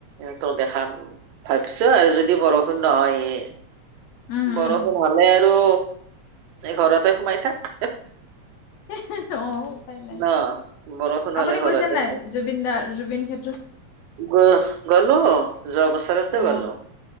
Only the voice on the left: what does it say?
উম
উম
হেহে অ, উপায় নাই
আপুনি
গৈছে নাই?
জুবিন দাৰ জুবিন ক্ষে
অ